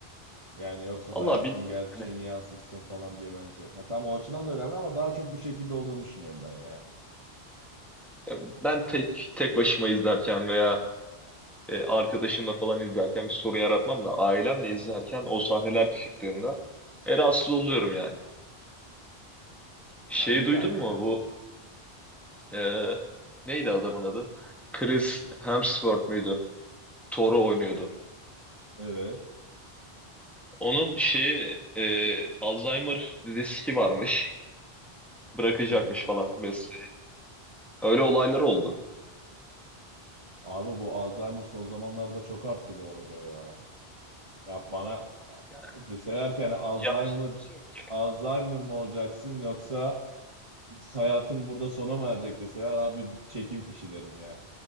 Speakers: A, on the right (about 30°); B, in the centre.
A: Yani yoksa
B: Vallahi
A: hayatın
B: bilmiyorum.
A: gerçeğini
B: Hani,
A: yansıtsın falan diye bence. Ha, tam o açıdan da önemli ama daha çok bu şekilde olduğunu düşünüyorum ben ya.
B: e, ben tek tek başıma izlerken veya e, arkadaşımla falan izlerken bir sorun yaratmam da ailemle izlerken o sahneler çıktığında e, rahatsız oluyorum
A: Evet.
B: yani. Şey
A: Ha, illa
B: duydun
A: ki
B: mu?
A: canım.
B: Ee, neydi adamın adı? Chris Hemsworth muydu? Thor'u oynuyordu.
A: Evet.
B: Onun şeyi e, Alzheimer riski varmış. Bırakacakmış
A: Hı hı.
B: falan mesleği. Öyle olaylar oldu.
A: Abi bu Alzheimer son zamanlarda çok arttı bu arada ya. Ya bana
B: Ya,
A: deseler ki hani Alzheimer
B: yapacak bir şey yok ya.
A: Alzheimer mı olacaksın yoksa hayatın burada sona mı erecek deseler abi çekim fişi derim ya.